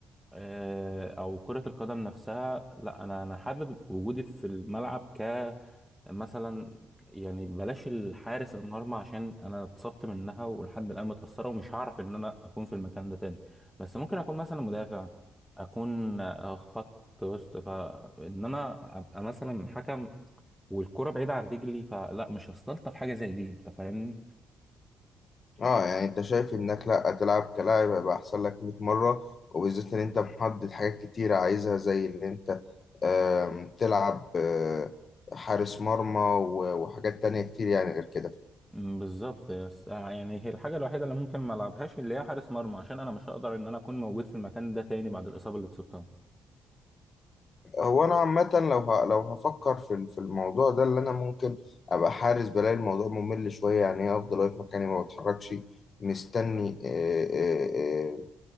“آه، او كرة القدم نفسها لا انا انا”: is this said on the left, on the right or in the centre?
Centre